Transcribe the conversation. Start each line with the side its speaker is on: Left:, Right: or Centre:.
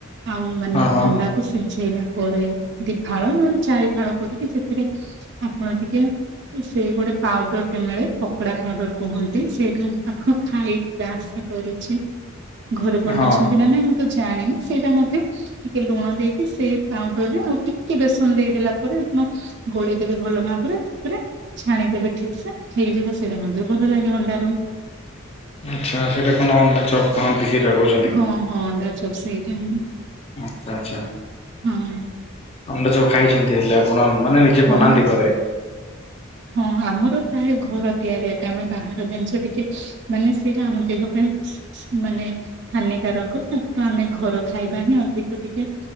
Right: ଆଉ ମାନେ
Left: ହଁ ହଁ।
Right: ଅଣ୍ଡା ତାକୁ ସିଝେଇଲା ପରେ ଦିଫାଳ ନହେଲେ ଚାରିଫାଳ କରିକି ସେଥିରେ ଆପଣ ଟିକେ ସେଇ ଗୋଟେ ପାଉଡର ଟେ ମିଳେ ପ କୁକୁଡା ପାଉଡର କୁହନ୍ତି ସେଇଠୁ ପାଖ ଖାଇ ଟିକେ ଆଶା କରୁଚି। ଘରେ ବନେଇଛନ୍ତି
Left: ହଁ
Right: ନାଁ ନାଇଁ ମୁଁ ତ ଜାଣିନି ସେଇଟା ମଧ୍ୟ ଟିକେ ଲୁଣ ଦେଇକି ସେଇ ପାଉଡରରେ ଆଉ ଟିକେ ବେସନ ଦେଇଦେଲା ପରେ ଆପଣ ଗୋଳେଇଦେବେ ଭଲ ଭାବରେ ତାପରେ ଛାଣିଦେବେ ଠିକ୍ ସେ ହେଇଯିବ। ସେଇଟା ମ ଭଲ ଲାଗେ ଅଣ୍ଡାରୁ।
Left: ଆଚ୍ଛା ସେଟା କନ୍ ଅଣ୍ଡା ଚପ୍। କହନ୍ତି ସେଇଟା କହୁଚ।
Right: ହଁ ହଁ ଅଣ୍ଡାଚପ୍ ସେଇଟାହିଁ।
Left: ଆଚ୍ଛା।
Right: ହୁଁ।
Left: ଅଣ୍ଡ ସବୁ ଖାଇଛନ୍ତି ହେଲେ ଆପଣ ମାନେ ନିଜେ
Right: ହଁ
Left: ବନାନ୍ତି ଘରେ?
Right: ହଁ ଆମର ପ୍ରାୟ ଘର ତିଆରିଆ ଆମେ ବାହାର ଜିନିଷ କିଛି ମାନେ ସେଇଟା ଆମ ଦେହ ପାଇଁ ମାନେ ହାନିକାରକ ତାକୁ ଆମେ ଘର ଖାଇବା ହିଁ ଅଧିକ ଟିକେ